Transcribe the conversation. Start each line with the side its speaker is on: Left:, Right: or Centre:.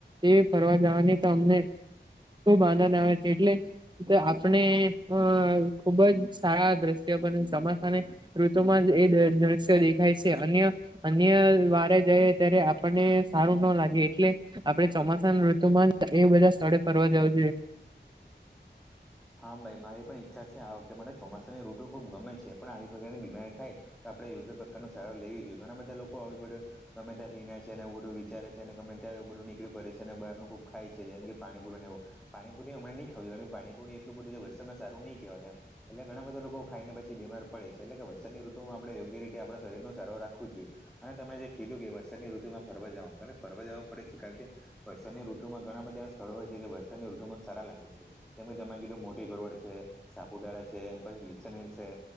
Right: એ ફરવા જવાની તો અમને ખુબ આનંદ આવે છે એટલે આપણે અ ખુબ જ સારા દ્રશ્ય બને સમાસાને ઋતુમાં જ એ દ્રશ્ય દેખાય છે અન્ય અન્ય વારે જઈ ત્યારે આપણને સારું ના લાગે એટલે આપડે ચોમાસાના ઋતુમાં એ બધા સ્થળે ફરવા જવું જોઈએ.
Centre: હા ભાઈ મારી પણ ઈચ્છા છે આ વખતે માટે ચોમાસાની ઋટુ ખૂબ ગમે છે પણ આવી પ્રકારની બીમારી થાય આપડે યોગ્ય પ્રકાર ન સારો લેવી જોઈએ ઘણા બધા લોકો આવી પડે ગમે ત્યાં ભીનાય છે નેવું બધું વિચારે છે અને ગમે ત્યાં બધું નીકળી પડે છે અને બહારનું ખૂબ ખાય છે જેમ કે પાણી પુરી ને એવું. પાણીપુરી હમણા નહીં ખાવું પાણીપુરી એટલું બધું છે વરસાદમાં સારુ નહીં કહેવાય એમ. એટલે ઘણા બધા લોકો ખાઈ ને પછી બીમાર પડે છે એટલે કે વરસાદની ઋતુમાં આપણે યોગ્ય રીતે આપણા શરીર નો સારો રાખવું જોઈએ. અને તમે જે કીધું કે વરસાદની ઋતુમાં ફરવા જવાનું કારણ ફરવા જવાું પડે છે કારણ કે વરસાદની ઋતુમાં ઘણા બધા એવા સ્થળો હોય છે જે વરસાદની ઋતુમાં સારા લાગે છે તેમ તમા મોટી ગોવડ છે સાપુતારા છે વિલ્સન હિલ્સ છે